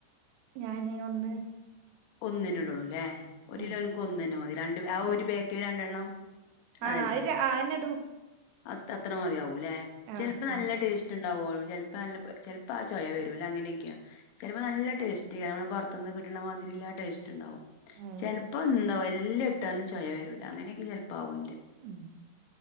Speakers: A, on the right; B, on the left.
A: ഞാന് ഒന്ന്
B: ഒന്നിനേ ഇടുള്ളുല്ലേ ഒരു
A: ഉം
B: കിലോൻക്ക് ഒന്നന്നെ മതി രണ്ട് പാ ആ
A: ഉം
B: ഒരു പേക്കില് രണ്ടെണ്ണം അതല്ലേ
A: ആഹ് ര അഹന്നെടും
B: അത് അത്ര മതിയാവൂല്ലെ
A: ആഹ്
B: ചെൽപ്പം
A: ആഹ്
B: നല്ല ടേ റ്റ്ണ്ടാവള്ളു ചെൽപ്പം നല്ല പ്പ് ചെൽപ്പ ആ ചൊയ വരൂല്ല അങ്ങനെക്കെയാ ചെൽപ്പോ നല്ല ടേസ്റ്റ്ക്കാരം നമ്മളെ പൊർ ത്ത്ന്ന് കിട്ട്ണ മാതിരില്ല ആഹ് ടേസ്റ്റ് ഇണ്ടാവും
A: ഉം
B: ചെൽപ്പം എന്താവും എല്ലം ഇ ഇട്ടാന്നും ചൊയ വരൂല അങ്ങനെക്കെ ചെൽപ്പം ആകും ഇന്റെ
A: ഉം